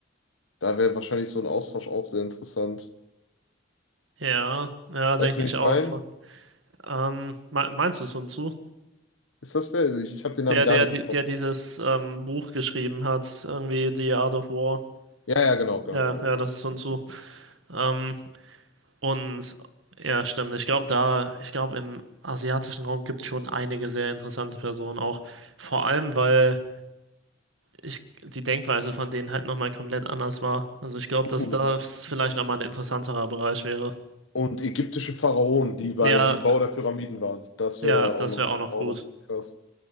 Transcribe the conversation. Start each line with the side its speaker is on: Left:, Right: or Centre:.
Left: Da wäre wahrscheinlich so ein Austausch auch sehr interessant.
Right: ja, ja, denke
Left: Weißt du, wen
Right: ich
Left: ich
Right: auch.
Left: meine?
Right: Ähm, me- meinst du Sun Tzu?
Left: Ist das der? Ich, ich habe den Namen
Right: Der,
Left: gar
Right: der,
Left: nicht
Right: der
Left: im Kopf.
Right: dieses ähm, Buch geschrieben hat, irgendwie The Art of War.
Left: Ja, ja, genau, genau,
Right: Ja,
Left: genau,
Right: ja,
Left: genau.
Right: das ist Sun Tzu. Ähm, und ja, stimmt. Ich glaube, da, ich glaube, im asiatischen Raum gibt es schon einige sehr interessante Personen auch. Vor allem, weil. ich, die Denkweise von denen halt nochmal komplett anders war. Also ich glaube, dass
Left: Uh.
Right: das vielleicht nochmal ein interessanterer Bereich wäre.
Left: Und ägyptische Pharaonen, die beim
Right: Ja,
Left: Bau der Pyramiden waren. Das
Right: ja,
Left: wäre auch
Right: das
Left: noch,
Right: wäre auch noch
Left: auch
Right: gut.
Left: noch krass.